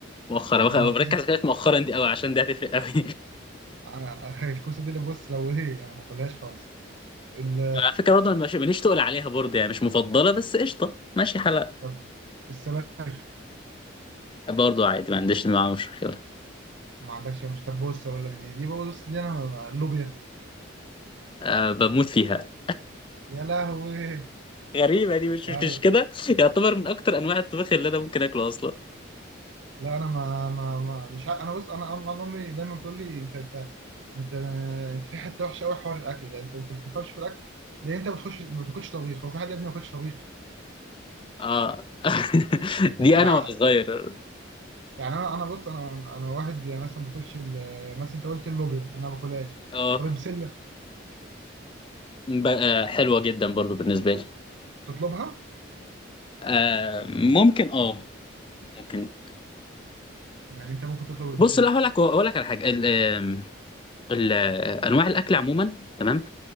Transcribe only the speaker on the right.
انا
انا الكوسه
انا <laughs> الكوسه دي اللي بص لو ايه يعني ما باكلهاش خالص ال
طب السبانخ
ما عندكش مش طب بص اقول لك دي دي بص دي انا ما- اللوبيا
يا لهوي
لا
لا انا ما ما, ما مش ع... انا بص انا انا أنا امي دايما بتقول لي انت انت انت انت في حته وحشه قوي حوار الاكل ده انت انت ما بتفهمش في الاكل ليه انت ما بتخش ما بتاكلش طبيخ هو في حد يا ابني ما بياكلش طبيخ
يعني
يعني انا انا بص انا انا واحد يعني مثلا ما باكلش ال- مثلا انت قلت اللوبيا انا ما باكلهاش
طب البسله
تطلبها
يعني انت ممكن تطلب البسله